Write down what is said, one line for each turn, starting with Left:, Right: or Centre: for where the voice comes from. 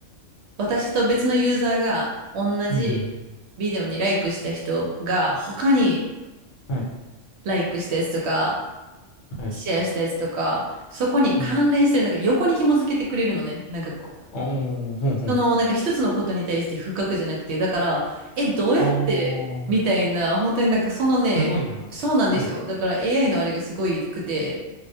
Right: 私と別のユーザーが同じビデオにライクした人が他に
Left: うん、はい。
Right: ライクしたやつとか、
Left: はい。
Right: シェアしたやつとか、そこに関連してる、
Left: はい。
Right: なんか横に紐付けてくれるのね。なんかこ
Left: おー、ほんほん。
Right: その、なんか一つのことに対して深くじゃなくて、だから、え、どうやって、
Left: ああ、
Right: みたいな、本当になんかそのね、
Left: すごいな。
Right: そうなんですよ。
Left: はい。
Right: だから AI のあれがすごいくて、